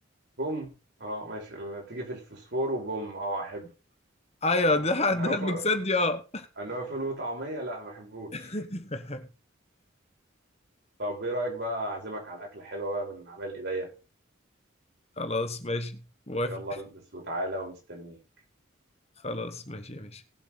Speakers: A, on the right; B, on the left.
A: بوم اه ماشي ال- تيجي في الفوسفور وبوم اه احبه
B: ايوه
A: انما
B: ده <laughs>
A: إنما
B: ده
A: فوق
B: المكسات دي اه
A: انما فول وطعمية لا ما احبوش
B: <laughs>
A: طب ايه رأيك بقى اعزمك على اكلة حلوة بقى من عمال ايديا
B: خلاص ماشي موافق
A: يلا البس وتعالى ومستنيك
B: خلاص ماشي يا باشا